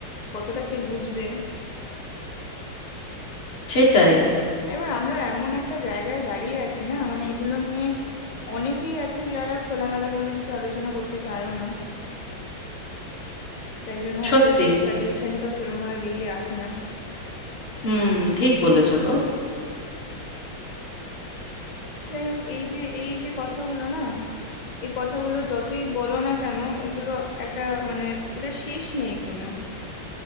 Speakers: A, on the left; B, on the left.
A: কতটা কে বুঝবে
B: সেটাই
A: এবার আমরা এমন একটা জায়গায় দাঁড়িয়ে আছি না মানে এগুলো নিয়ে অনেকেই আছে যারা খোলামেলা ভাবে কিছু আলোচনা করতে চায়ও না তাই জন্য হয়তো
B: সত্যি
A: সেই সলিউশনটাও সেরকম ভাবে বেরিয়ে আসে না
B: হুম ঠিক বলেছো গো
A: যাই হোক এই যে এই যে কথাগুলো না এই কথাগুলো যতই বলো না কেন এগুলো একটা মানে এটা শেষ নেই কোনো